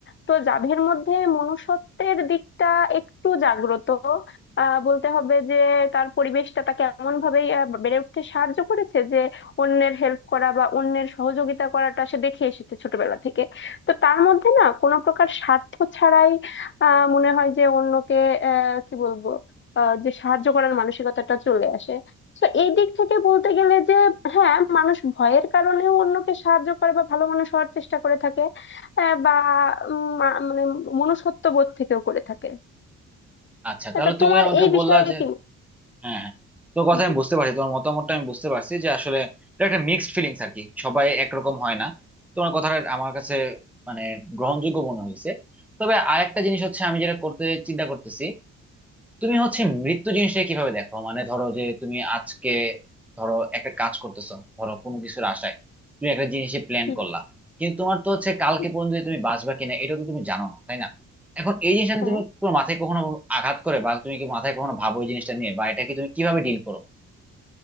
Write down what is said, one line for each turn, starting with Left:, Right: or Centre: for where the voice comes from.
Left: তো যাদের মধ্যে মনুষ্যত্বের দিকটা একটু জাগ্রত আহ বলতে হবে যে তার পরিবেশটা তাকে এমন ভাবেই আহ, বেড়ে উঠতে সাহায্য করেছে যে অন্যের হেল্প করা বা অন্যের সহযোগিতা করাটা সে দেখে এসেছে ছোটবেলা থেকে তো তার মধ্যে না কোনো প্রকার স্বার্থ ছাড়াই আহ মনে হয় যে অন্যকে আহ কি বলবো আহ যে সাহায্য করার মানসিকতাটা চলে আসে তো এই দিক থেকে বলতে গেলে যে হ্যাঁ মানুষ ভয়ের কারণেও অন্যকে সাহায্য করে বা ভালো মানুষ হওয়ার চেষ্টা করে থাকে আহ, বা উম, মা- মানে মনুষ্যত্ব বোধ থেকেও করে থাকে
Centre: আচ্ছা তাহলে
Left: এটা
Centre: তুমি
Left: তোমার
Centre: আমাকে
Left: এই
Centre: বললা
Left: বিষয়ে
Centre: যে
Left: কি মত?
Centre: হ্যাঁ হ্যাঁ তোর কথা
Left: হুম
Centre: আমি বুঝতে পারছি তোমার মতামতটা আমি বুঝতে পারছি যে আসলে এটা একটা মিক্সড ফিলিংস আর কি সবাই একরকম হয় না তোমার কথাটা আমার কাছে মানে গ্রহণযোগ্য মনে হয়েছে তবে আরেকটা জিনিস হচ্ছে আমি যেটা করতে চিন্তা করতেছি তুমি হচ্ছে মৃত্যু জিনিসটা কিভাবে দেখো মানে ধরো যে তুমি আজকে ধরো একটা কাজ করতেছো ধরো কোনো কিছুর আশায় তুমি একটা জিনিসে প্ল্যান
Left: হুম
Centre: করলা কিন্তু তোমার তো হচ্ছে কালকে
Left: হুম,
Centre: পর্যন্ত যে তুমি বাঁচবা কিনা এটা তো তুমি জানো না তাই না এখন এই জিনিসটা নিয়ে
Left: হ্যাঁ
Centre: তুমি তোমার মাথায় কখনো আঘাত করে বা তুমি কি মাথায় কখনো ভাবো এই জিনিসটা নিয়ে বা এটা কি তুমি কিভাবে ডিল করো